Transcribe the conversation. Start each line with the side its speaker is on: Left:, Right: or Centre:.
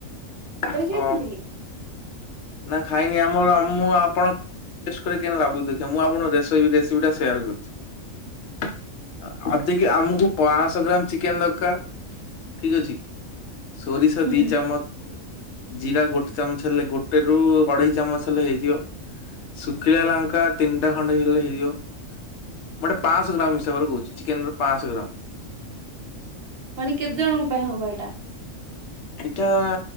Right: ଆପଣ
Left: ହଁ,
Right: ଖାଇଛନ୍ତି କି?
Left: ନା ଖାଇନି ଆମର। ମୁଁ ଆପଣ ଗେସ୍ କରି କିନ୍ ଲାଗୁଛି ଦେଖିଆ। ମୁଁ ଆପଣ ରେସିପି ରେସିପିଟା ସେୟାର କରୁଛି। ଅଧିକ ଆମକୁ ପାଁ ଶହ ଗ୍ରାମ୍ ଚିକେନ୍ ଦରକାର! ଠିକ୍ ଅଛି। ସୋରିଷ
Right: ହୁଁ
Left: ଦି ଚାମଚ, ଜିରା ଗୋଟେ ଚାମଚ, ହେଲେ ଗୋଟେ ରୁ ଅଢେଇ ଚାମଚ ହେଲେ ହେଇଯିବ। ଶୁଖିଲା ଲାଙ୍କା ତିନିଟା ଖଣ୍ଡେ ହେଇଗଲେ ହେଇଯିବ। ମୁଁ ଗୋଟେ, ପାଁ ଶହ ଗ୍ରାମ୍ ହିସାବରେ କହୁଛି, ଚିକେନ ର ପାଁଶହ ଗ୍ରାମ୍।
Right: ମାନେ କେତେ ଜଣଙ୍କ ପାଇଁ ହବ ଏଇଟା?
Left: ଏଇଟା-ଆ